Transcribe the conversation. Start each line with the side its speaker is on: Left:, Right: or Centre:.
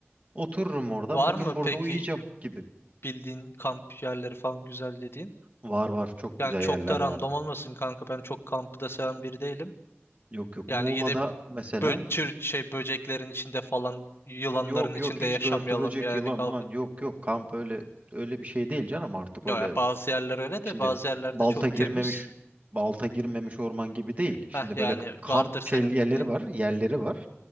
Right: Otururum orada.
Left: Var
Right: Bugün
Left: mı
Right: burada
Left: peki
Right: uyuyacağım gibi.
Left: bildiğin kamp yerleri falan güzel dediğin?
Right: Var var çok
Left: Yani
Right: güzel
Left: çok
Right: yerler
Left: da
Right: var.
Left: random olmasın kanka. Ben çok kampı da seven biri değilim.
Right: Yok yok
Left: Yani
Right: Muğla'da
Left: gidip
Right: mesela
Left: bö çür- şey böceklerin içinde falan yılanların
Right: yok
Left: içinde
Right: yok hiç
Left: yaşamayalım
Right: börtü böcek
Left: yani
Right: yılan
Left: kalkıp.
Right: lan yok yok kamp öyle öyle bir şey değil canım artık öyle
Left: Ya ya bazı yerler öyle
Right: şimdi
Left: de bazı yerlerde
Right: balta
Left: çok
Right: girmemiş
Left: temiz.
Right: balta girmemiş orman gibi değil. Şimdi
Left: Heh, yani
Right: böyle kamp
Left: vardır senin
Right: şey yerleri
Left: bildiğin.
Right: var yerleri var.